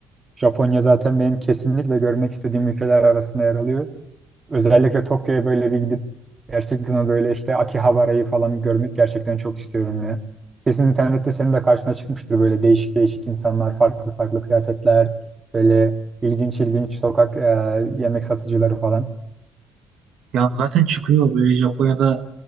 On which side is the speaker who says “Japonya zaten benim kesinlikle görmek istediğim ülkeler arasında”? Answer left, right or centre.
Right